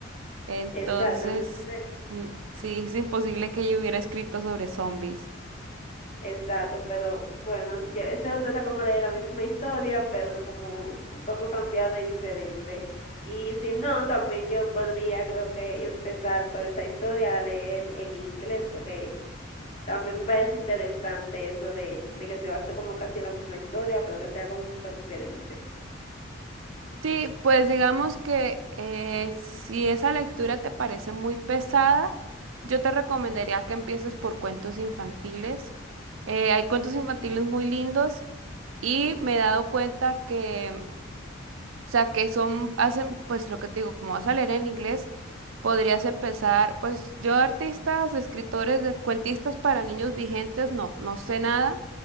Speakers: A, on the right; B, on the left.
A: Entonces,
B: Exacto, entonces
A: mm, sí, es imposible que ella hubiera escrito sobre zombies.
B: Exacto, pero bueno, ya- eso se trata como de la misma historia, pero como un poco cambiado y diferente. Y si no, también yo podría, creo que, empezar por esa historia a leer en inglés, porque también me parece interesante eso de, de que se basa como casi la misma historia, pero que sea como un poco diferente.
A: Sí, pues digamos que eh, si esa lectura te parece muy pesada, yo te recomendaría que empieces por cuentos infantiles. Eh, hay cuentos infantiles muy lindos y me he dado cuenta que, o sea, que son, hacen, pues lo que te digo, como vas a leer en inglés, podrías empezar, pues yo artistas, escritores, de cuentistas para niños vigentes, no, no sé nada,